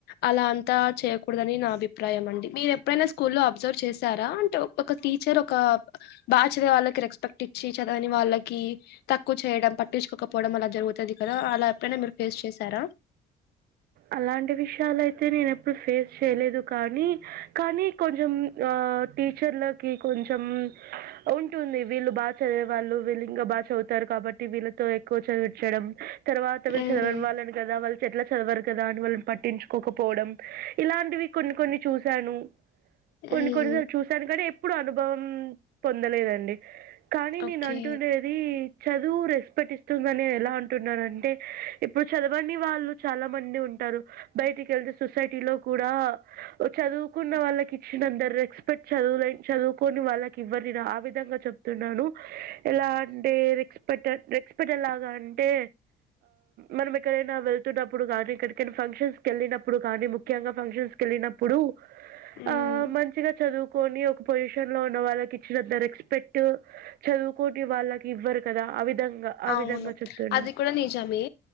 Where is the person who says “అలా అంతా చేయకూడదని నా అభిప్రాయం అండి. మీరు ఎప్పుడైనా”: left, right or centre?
Left